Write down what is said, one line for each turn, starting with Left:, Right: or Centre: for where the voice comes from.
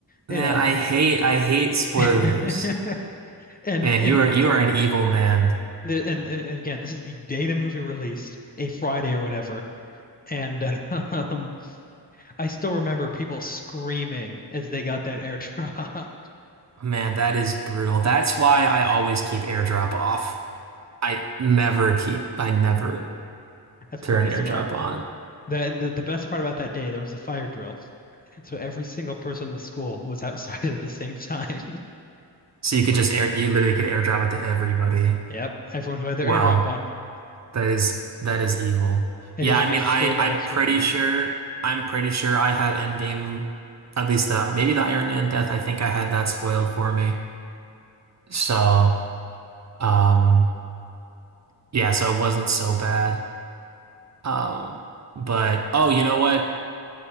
Left: Yeah,
Right: man, I hate I hate spoilers.
Left: <laughs> and
Right: Man,
Left: and
Right: you are you are an evil man.
Left: and, and again, this is the day the movie released, a Friday or whatever, and um, I still remember people screaming as they got that airdrop.
Right: Man, that is brutal. That's why I always keep AirDrop off. I never keep I never
Left: <laughs> That's probably
Right: turn AirDrop
Left: smart.
Right: on.
Left: The, and the the best part about that day, there was a fire drill. So every single person in the school was outside <laughs> at the same time. <laughs>
Right: So you could just air you literally could AirDrop it to everybody.
Left: Yep, everyone who had their
Right: Wow.
Left: airdrop on.
Right: That is that is evil.
Left: It
Right: Yeah,
Left: is
Right: I
Left: my
Right: mean,
Left: favorite
Right: I I'm
Left: high school
Right: pretty
Left: memory.
Right: sure I'm pretty sure I had Endgame, at least the maybe the Iron Man death. I think I had that spoiled for me. So, um, yeah, so it wasn't so bad. Um, but oh, you know what?